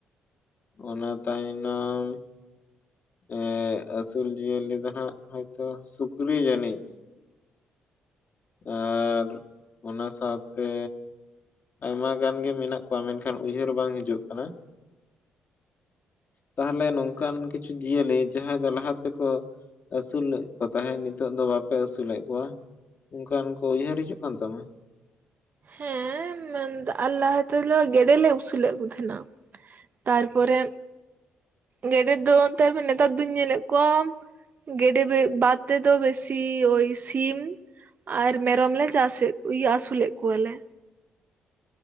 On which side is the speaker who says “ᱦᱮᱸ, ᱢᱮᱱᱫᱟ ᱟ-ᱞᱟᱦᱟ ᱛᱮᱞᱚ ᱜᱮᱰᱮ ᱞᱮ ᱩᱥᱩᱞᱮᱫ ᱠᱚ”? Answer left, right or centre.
Right